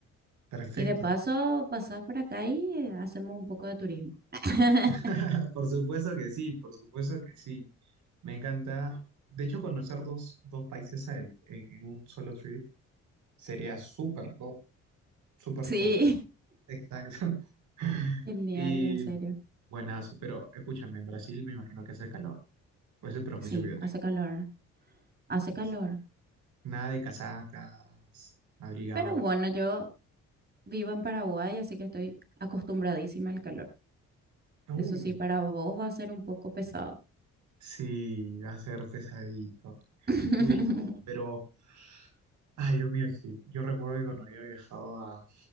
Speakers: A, on the right; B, on the right.
A: perfecto.
B: Y de paso, pasás por acá y eh, hacemos un poco de turismo. <laughs>
A: <laughs> Por supuesto que sí, por supuesto que sí. Me encanta. De hecho, conocer dos, dos países al- en, en un solo trip sería súper top, súper
B: Sí.
A: top. Exacto. <laughs>
B: Genial,
A: Y
B: en serio.
A: buenazo, pero escúchame, en Brasil me imagino que hace calor. Pues es el prejuicio
B: Sí,
A: que yo tengo.
B: hace calor, hace
A: Entonces,
B: calor.
A: nada de casacas, abrigado.
B: Pero bueno, yo vivo en Paraguay, así que estoy acostumbradísima al calor.
A: Uy,
B: Eso sí, para vos va a ser un poco pesado.
A: sí, va a ser pesadito.
B: <laughs>
A: Uy, no, pero Ay, Dios mío, es que yo recuerdo que cuando había viajado a,